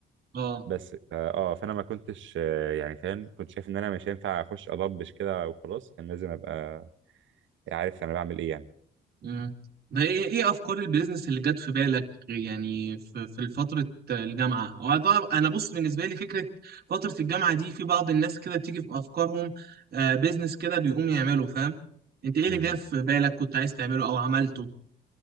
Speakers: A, on the right (about 50°); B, on the right (about 75°).
A: آه
B: بس فا- اه فانا ما كنتش آه، يعني فاهم كنت شايف ان انا مش هينفع اخش اضبش كده وخلاص كان لازم ابقى عارف انا بعمل ايه يعني
A: مم. ده ايه ايه افكار البيزنس اللي جت في بالك يعني في في فتره الجامعه هو طبعا انا بص بالنسبه لي فكره فتره الجامعه دي في بعض الناس كده بتيجي في افكارهم آه بيزنس كده بيقوم يعمله فاهم انت ايه اللي
B: امم
A: جه في بالك كنت عايز تعمله او عملته